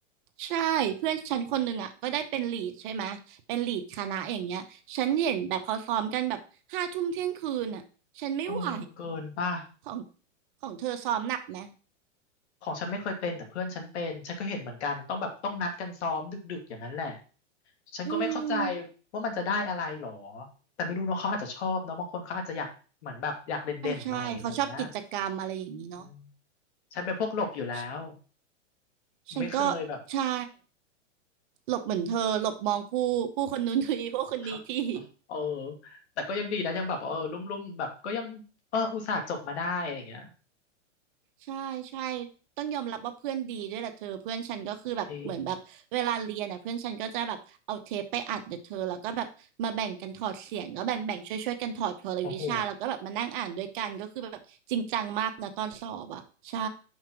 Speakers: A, on the right; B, on the left.
A: ใช่เพื่อนฉันคนหนึ่งอะก็ได้เป็นลีดใช่ไหมเป็นลีดคณะอย่างเงี้ยฉันเห็นแบบเขาซ้อมกันแบบห้าทุ่มเที่ยงคืนอะฉันไม่ไหว
B: เออเกินป่ะ
A: ของของเธอซ้อมหนักไหม
B: ของฉันไม่เคยเป็นแต่เพื่อนฉันเป็นฉันก็เห็นเหมือนกันต้องแบบต้องนัดกันซ้อมดึกๆอย่างนั้นแหละ ฉันก็ไม่เข้าใจ
A: อืม
B: ว่ามันจะได้อะไรหรอแต่ไม่รู้เนาะเขาอาจจะชอบเนาะบางคนเขาอาจจะอยากเหมือนแบบอยากเด่นๆหน่อยอะไรอย่างเงี้ย
A: อ่าใช่เขาชอบกิจกรรมอะไรอย่างนี้เนาะ
B: อืมฉันเป็นพวกหลบอยู่แล้ว
A: ฉฉันก็
B: ไม่เคยแบบ
A: ใช่ หลบเหมือนเธอหลบมองผู้ผู้คนนู้นที <laughs> ผู้คนนี้ที
B: <laughs> เออแต่ก็ยังดีนะยังแบบเออลุ่มๆแบบก็ยังเอออุตส่าห์จบมาได้อะไรอย่างเงี้ย
A: ใช่ใช่ต้องยอมรับว่าเพื่อนดีด้วยแหละเธอเพื่อนฉันก็คือแบบเหมือนแบบเวลาเรียนน่ะเพื่อนฉันก็จะแบบเอาเทปไปอัดเดี๋ยวเธอแล้วก็แบบมาแบ่งกันถอดเสียงก็แบ่งแบ่งช่วยช่วยกันถอดเทอละวิชาแล้วก็แบบมานั่งอ่านด้วยกันก็คือแบบจริงจังมากนะตอนสอบอ่ะใช่
B: จริงโอ้โห